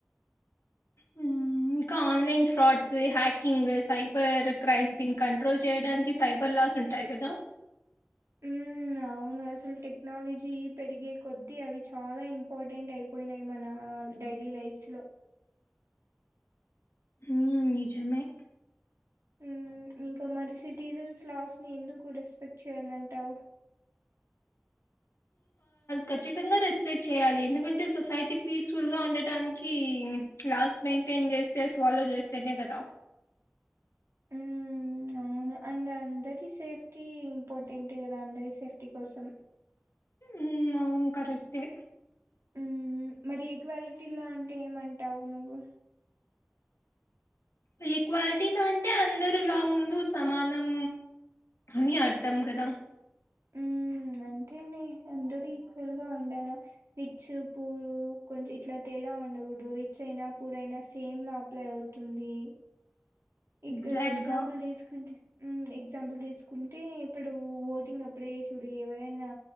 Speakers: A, on the left; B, on the right.
A: హ్మ్. ఇంకా online frauds hacking cyber crimes control చేయడానికి సైబర్ క్లాస్ ఉంటాయి కదా
B: ఉ అవును అసలు టెక్నాలజీ పెరిగే కొద్దీ అవి చాలా ఇంపార్టెంట్ అయిపోయినాయి మన మనడైలీ ైఫ్ లో
A: ఉనిజమే
B: ఉంఇంకా మరి కిసిటిజన్స్ లాస్ ని ఎందుకు రెస్పెక్ట్ చేయాలంటావు <inaudible>
A: ఖచ్చితంగా రెస్పెక్ట్ చేయాలి ఎందుకంటే సొసైటీ పీస్ఫుల్ గా ఉండటానికి ఉ కలాస్ట్ మెయింటైన్ చేస్తే ఫాలో చేస్తేనే కదా
B: ఉమ్ అవును అండ్ అందరి సేఫ్టీ ఇంపార్టెంట్ కదా అందరి సేఫ్టీ కోసం
A: ఉ అవును కరెక్తే
B: ఉ మరి ఈక్వాలిటీ లో అంటే ఏమంటావు నువ్వు
A: ఈక్వాలిటీలో అంటే అందరుూలా ముందు సమానం అని అంటంకదా
B: ఉ అంటేనే అందరుూ ఈక్వల్ గా ఉండాల విిచ్ పూరు కొంచం ఇట్లా తే ఉండకూడు రిచ్ అయినా పూర్ అయినా సేమ్ లా అప్లై అవుతుంది ఇక్క
A: ఎగ్జాక్ట్‌గా.
B: ఎగ్జాంపుల్ తీసుకుంటే ఎగ్జాంపుల్ తీసుకుంటే ఇప్పుడు ఓటింగ్ అప్పుడే చూడు ఎవరైనా